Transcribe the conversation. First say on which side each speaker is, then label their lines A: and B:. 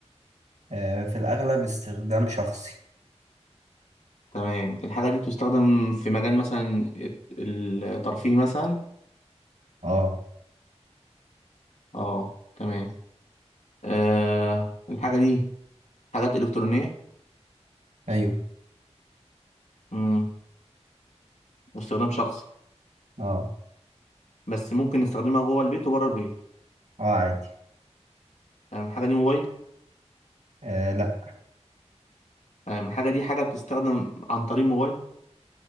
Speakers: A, on the right; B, on the left.
A: آه، في الأغلب استخدام شخصي
B: تمام الحاجة دي تستخدم في مجال مثلا الترفيه مثلا
A: اه
B: اه تمام آه الحاجة دي حاجات إلكترونية
A: ايوه
B: مم. واستخدام شخصي
A: اه
B: بس ممكن نستخدمها جوه البيت وبره البيت
A: اه عادي
B: تمام الحاجة دي موبايل
A: آه لا
B: تمام الحاجة دي حاجة بتستخدم عن طريق موبايل